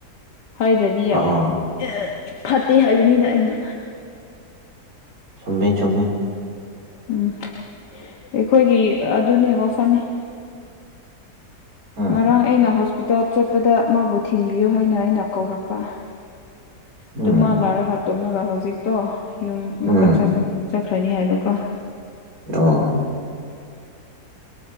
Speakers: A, on the left; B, on the right.
A: ꯍꯥꯏꯗ꯭ꯔꯗꯤ ꯌ
B: ꯑꯥ
A: ꯑꯦ ꯐꯠꯇꯦ ꯍꯥꯏꯕꯅꯤꯗ ꯑꯩꯅ
B: ꯆꯨꯝꯃꯦ ꯆꯨꯝꯃꯦ
A: ꯎꯝ ꯑꯩꯈꯣꯏꯒꯤ ꯑꯗꯨꯅꯦ ꯒꯣꯁꯟꯅꯦ
B: ꯎꯝ
A: ꯉꯔꯥꯡ ꯑꯩꯅ ꯍꯣꯁꯄꯤ ꯇꯞ ꯆꯠꯄꯗ ꯃꯥꯕꯨ ꯊꯤꯟꯕꯤꯌꯣ ꯍꯥꯏꯅ ꯑꯩꯅ ꯀꯧꯔꯛꯄ ꯑꯗꯨ
B: ꯎꯝ
A: ꯃꯥ ꯂꯥꯛꯂꯒ ꯇꯣꯝꯂꯒ ꯍꯧꯖꯤꯛꯇꯣ ꯌꯨꯝ ꯑꯃꯨꯛꯀ
B: ꯎꯝ
A: ꯆꯠꯈ꯭ꯔꯅꯤ ꯍꯥꯏꯕꯀꯣ
B: ꯗꯣ